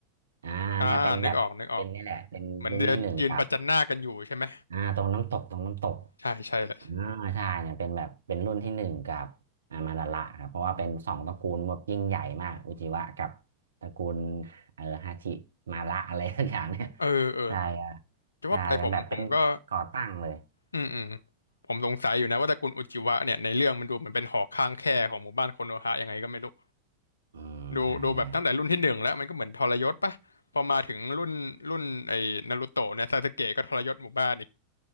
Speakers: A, on the right; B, on the left.
A: อ่าเนี่ยเป็นแบบเป็นนี่แหละเป็นรุ่นที่หนึ่งกับ
B: อ่านึกออกนึกออกเหมือนเดินยืนประจันหน้ากันอยู่ใช่ไหม
A: อ่าตรงน้ำตกตรงน้ำตก
B: ใช่ใช่เลย
A: อ่าใช่เนี่ยเป็นแบบเป็นรุ่นที่หนึ่งกับอ่ามาดาระครับเพราะว่าเป็นสองตระกูลแบบยิ่งใหญ่มากอุจิวะกับตระกูลเออฮาชิมาระอะไรสักอย่างเนี่ย
B: เออเออ
A: ใช่อ่ะ
B: จะว่าไปผมผมก็
A: ใช่เป็นแบบเป็นก่อตั้งเลย
B: อืมอืมผมสงสัยอยู่นะว่าตระกูลอุจิวะเนี่ยในเรื่องมันดูเหมือนเป็นหอข้างแคของหมู่บ้านโคโนฮะยังไงก็ไม่รู้
A: อืมใช่ใช่
B: ดูดูแบบตั้งแต่รุ่นที่หนึ่งแล้วมันก็เหมือนทรยศปะพอมาถึงรุ่นรุ่นไอ้นารูโตะเนี่ยซาสึเกะก็ทรยศหมู่บ้านอีก